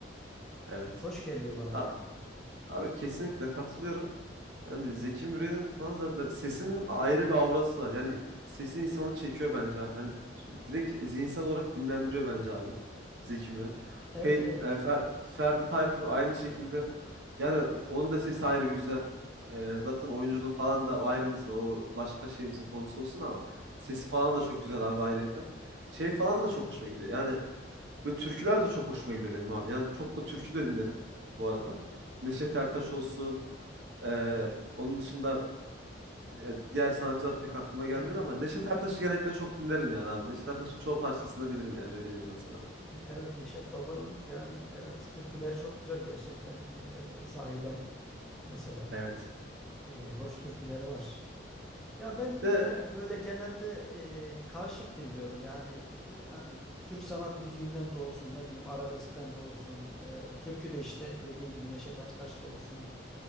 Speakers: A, on the right; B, in the centre.
A: Evet.
B: Hoş geliyor bana
A: A-
B: yani.
A: Abi kesinlikle katılıyorum. Yani Zeki Müren'in falan zaten ben- sesinin ayrı bir aurası var. Yani sesi insanı çekiyor bence. abi. Yani t- direkt zihinsel olarak dinlendiriyor bence abi Zeki Müren.
B: Evet
A: Fe-
B: evet.
A: e, Fer- Ferdi
B: Hı hı.
A: Tayfur aynı şekilde. Yani onun da sesi ayrı bir güzel. E, zaten oyunculuğu falan da o ayrı mesele. O başka şeyimizin konusu olsun ama sesi falan da çok güzel abi ayrıyeten. Şey falan da çok hoşuma gidiyor. Yani Böyle türküler de çok hoşuma gidiyor benim abi. Yani çok da türkü de dinlerim bu arada. Neşet Ertaş olsun. eee, onun dışında e, diğer sanatçılar pek aklıma gelmedi
B: Evet.
A: ama Neşet Ertaş'ı genellikle çok dinlerim yani abi. Neşet Ertaş'ın çoğu parçasını da bilirim yani öyle diyeyim ben sana abi.
B: Evet Neşet Baba'nın yani evet türküleri çok güzel gerçekten. Ee, Zahidem mesela.
A: Evet.
B: Ee, hoş türküleri var. Ya ben
A: Bir de
B: yani böyle genelde e, karışık dinliyorum. Yani, e, yani Türk sanat müziğinden de olsun, ne bileyim arabeskten de olsun, e, türkü de işte dediğin gibi Neşet Ertaş'ta olsun,